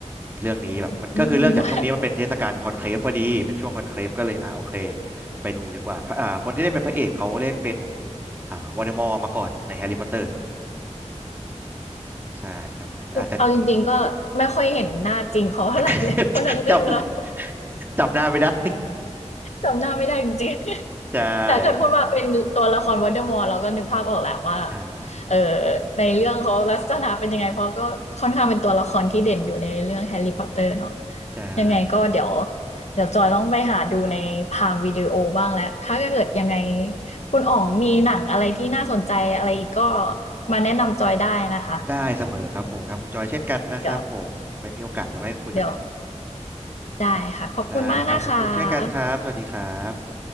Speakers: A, on the right (about 15°); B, on the left (about 65°).
A: เรื่องนี้แบบมันก็คือเรื่องจากช่วงนี้มันเป็นเทศกาลคอนเคลฟพอดีเป็นช่วงคอนเคลฟก็เลยอ่าโอเค
B: อืม
A: ไปดูดีกว่าพระอ่าคนที่เล่นเป็นพระเอกเขาเล่นเป็นอ่าวอลเดมอร์มาก่อนในแฮร์รี่พอตเตอร์ใช่ครับอาจจะ
B: เอาจริงๆก็ไม่ค่อยเห็นหน้าจริงเขาเท่าไหร่เลยเพราะทั้งเรื่องแล้ว
A: <laughs> จำจำหน้าไม่ได้
B: จำหน้าไม่ได้จริง
A: ใช่
B: แต่เกิดพูดว่าเป็นตัวละครว o นเดอร์มอร์เราก็นึกภาพออกแหละว่า
A: อ่า
B: เอ่อในเรื่องเขาลักษณะเป็นยังไงเพราะก็ค่อนข้างเป็นตัวละครที่เด่นอยู่ในเรื่องแฮร์รี่พอตเตอร์เนาะ
A: ใช่ครับผม
B: ยังไงก็เดี๋ยวเดี๋ยวจอยต้องไปหาดูในพามวิดีโอบ้างแล้วถ้าเกิดยังไงคุณอ๋องมีหนังอะไรที่น่าสนใจอะไรอีกก็มาแนะนำจอยได้นะคะ
A: ได้เสมอครับผมครับคุณจอยเช่นกันนะครับผมไม่มีโอกาสแล้วไว้คุยกันใหม่
B: เดี๋ยวเดี๋ยวได้ค่ะขอบคุณมากนะคะ
A: ได้ครับขอบคุณเช่นกันครับสวัสดีครับ